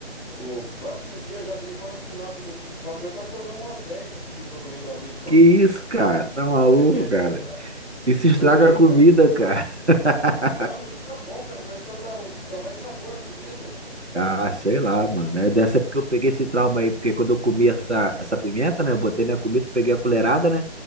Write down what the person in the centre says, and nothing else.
com- com o frasco inteiro, já dei. Agora no final que eu já tinha acostumado, que eu tava colocando umas 10 na comida pra comer de uma vez só.
<laughs> É
verdade.
Acostumei,
cara.
Não, mas fica bom, cara. Parece que ela dá, dá mais sabor na comida.